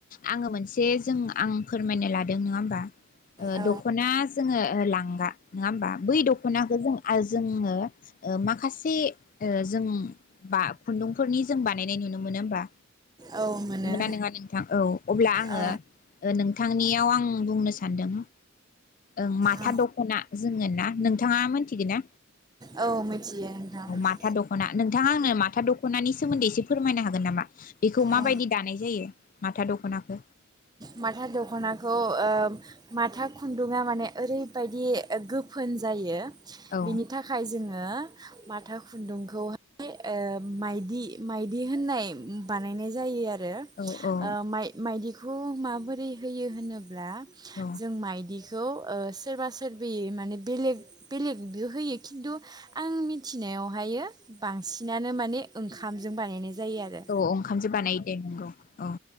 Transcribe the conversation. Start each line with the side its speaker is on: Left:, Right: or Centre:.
Left: आङो मोनसे जों आं फोरमायनो लादों नोङा होमबा ओ
Right: औ
Left: दखना जोङो लांगा नङा होमबा बै दखनाखौ जों जोङो ओ माखासे जों बा खुन्दुंफोरनि जों बानायनाय नुनो मोनो होमबा
Right: औ मोनो
Left: नंगौ ना नङा नोंथां औ अब्ला आङो
Right: औ
Left: नों बिथांनियाव आं बुंनो सान्दों ओं माथा
Right: औ
Left: दखना जोङो ना नोंथाङा मोनथिगोन ना
Right: औ मिथियो नोंथां
Left: औ माथा दखना नोंथाङा आंनो माथा दखनानि सोमोन्दै एसे फोरमायनो हागोन नामा बेखौ माबायदि
Right: औ
Left: दानाय जायो माथा दख खनाखो
Right: माथा दखनाखौ ओ माथा खुन्दुङा माने ओरैबायदि गोफोन जायो
Left: औ
Right: बिनि थाखाय जोङो माथा खुन्दुंखौहाय ओ माइदि माइदि होननाय बानायनाय जायो आरो
Left: औ औ
Right: ओ माय मायदि खौ माबोरै होयो होनोब्ला
Left: औ
Right: जों माइदि त ओ सोरबा सोरबिय माने बेलेग बेलेगबो होयो खिन्थु आं मिथिनायावहाय बांसिनानो माने ओंखामजों बानायनाय जायो आरो
Left: औ ओंखामजो बानाय दे नंगौ औ